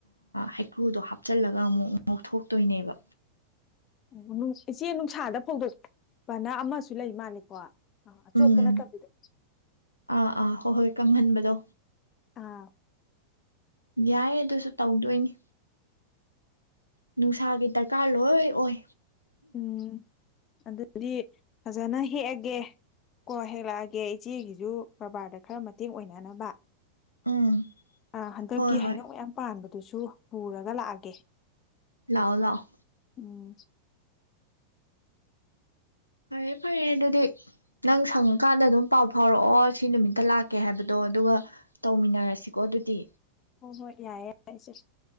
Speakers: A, on the left; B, on the left.
A: ꯍꯩꯀ꯭ꯔꯨꯗꯣ ꯍꯥꯞꯆꯜꯂꯒ ꯑꯃꯨꯛ ꯉꯧꯊꯣꯛꯇꯣꯏꯅꯦꯕ
B: ꯎꯝ ꯏꯆꯦ ꯅꯨꯡꯁꯥꯗ ꯐꯣꯡꯗꯣꯛꯄꯅ ꯑꯃꯁꯨ ꯂꯩ ꯃꯥꯜꯂꯦꯀꯣ ꯑꯥ ꯑꯆꯣꯠꯄ
A: ꯎꯝ
B: ꯅꯠꯇꯕꯤꯗ
A: ꯑꯥ ꯑꯥ ꯍꯣꯏ ꯍꯣꯏ ꯀꯪꯍꯟꯕꯗꯣ꯫
B: ꯑꯥ꯫
A: ꯌꯥꯏ ꯑꯗꯨꯁꯨ ꯇꯧꯗꯣꯏꯅꯤ꯫ ꯅꯨꯡꯁꯥꯒꯤ ꯗꯔꯀꯥꯔ ꯂꯣꯏ ꯑꯣꯏ꯫
B: ꯎꯝ꯫ ꯑꯗꯨꯗꯤ ꯐꯖꯅ ꯍꯦꯛꯑꯒꯦ ꯀꯣ ꯍꯦꯛꯂꯛꯑꯒꯦ ꯏꯆꯦꯒꯤꯁꯨ ꯀꯔꯕꯥꯔꯗ ꯈꯔ ꯃꯇꯦꯡ ꯑꯣꯏꯅꯅꯕ
A: ꯎꯝ
B: ꯑꯥ ꯍꯟꯗꯛꯀꯤ
A: ꯍꯣꯏ ꯍꯣꯏ
B: ꯍꯩꯅꯧ ꯃꯌꯥꯝ ꯄꯥꯟꯕ ꯑꯗꯨꯁꯨ ꯄꯨꯔꯒ ꯂꯥꯛꯑꯒꯦ꯫
A: ꯂꯥꯛꯑꯣ ꯂꯥꯛꯑꯣ
B: ꯎꯝ꯫
A: ꯐꯔꯦ ꯐꯔꯦ ꯑꯗꯨꯗꯤ ꯅꯪ ꯁꯪꯉꯀꯥꯟꯗ ꯑꯗꯨꯝ ꯄꯥꯎ ꯐꯥꯎꯔꯛꯑꯣ ꯁꯤ ꯅꯨꯃꯤꯠꯇ ꯂꯥꯛꯀꯦ ꯍꯥꯏꯕꯗꯣ ꯑꯗꯨꯒ ꯇꯧꯃꯤꯟꯅꯔꯁꯤꯀꯣ ꯑꯗꯨꯗꯤ꯫
B: ꯍꯣꯏ ꯍꯣꯏ ꯌꯥꯏꯌꯦ ꯌꯥꯢꯌꯦ ꯢꯆꯦ꯫